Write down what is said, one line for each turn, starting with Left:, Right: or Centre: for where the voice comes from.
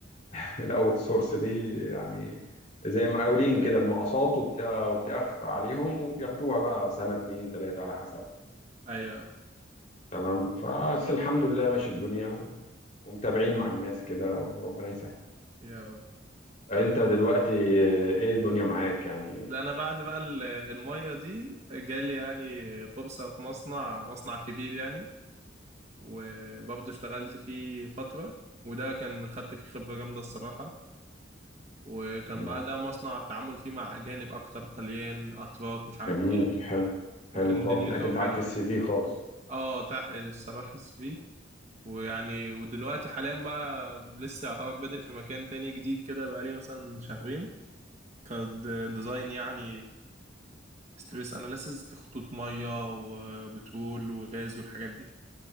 Left: <laughs> الأوت سورس دي يعني زي مقاولين كده بنقصات وبت- وبتقف عليهم وبياخدوها بقى سنة اتنين تلاتة على حسب
Right: ايوه
Left: تمام فبس الحمد لله ماشي الدنيا و- ومتابعين مع الناس كده وربنا يسهل
Right: يا رب انا
Left: انت دلوقتي آه، ايه الدنيا معاك يعني
Right: ده انا بعد بقى ال- الميه دي جالي يعني فرصه في مصنع مصنع كبير يعني وبرضه اشتغلت فيه فتره وده كان خدت فيه خبره جامده الصراحه وكان
Left: تمام
Right: بعدها مصنع التعامل فيه مع اجانب اكتر طليان اتراك مش عارف
Left: جميل
Right: ايه
Left: حلو
Right: وكان
Left: حلو خالص
Right: دنيته
Left: ده هتنفعك
Right: حلوه
Left: في السي في خالص
Right: اه تقل الصراحة فيه ويعني ودلوقتي حاليا بقى لسه يعتبر بادئ في مكان تاني جديد كده بقالي مثلا شهرين كديزاين يعني ستريس اناليسيز لخطوط مية وبترول وغاز والحاجات دي